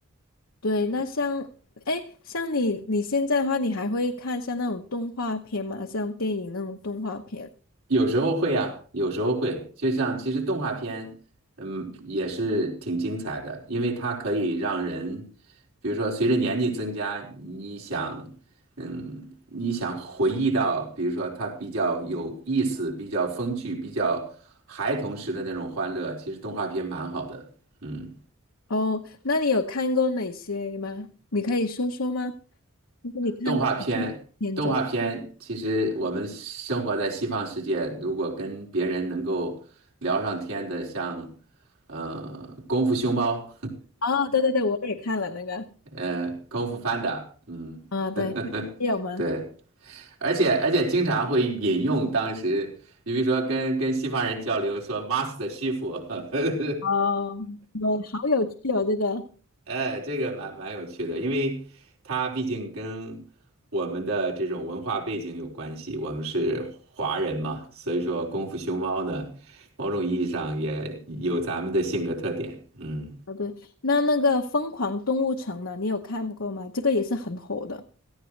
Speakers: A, on the left; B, on the right.
A: 对，那像，哎，像你你现在的话，你还会看像那种动画片吗？像电影那种动画片？
B: 有时候会啊，有时候会，就像其实动画片，嗯，也是挺精彩的，因为它可以让人，比如说随着年纪增加，你想，嗯，你想回忆到，比如说它比较有意思、比较风趣、比较孩童时的那种欢乐，其实动画片蛮好的，嗯。
A: 哦，那你有看过哪些吗？你可以说说吗？就是你看过哪些片种？
B: 动画片，动画片，其实我们生活在西方世界，如果跟别人能够聊上天的，像呃《功夫熊猫》
A: 哦，对对对，我也看了那个。
B: 呃《功夫 Panda》，嗯，
A: 啊，对，
B: <laughs>
A: 你有吗？
B: 对，而且而且经常会引用当时，你比如说跟跟西方人交流说 “Master 师傅”，<laughs>
A: 哦，我好有趣哦，这个。
B: 哎，这个蛮蛮有趣的，因为它毕竟跟我们的这种文化背景有关系，我们是华人嘛，所以说功夫熊猫呢，某种意义上也有咱们的性格特点。嗯，
A: 啊，对，那那个《疯狂动物城》呢？你有看过吗？这个也是很火的。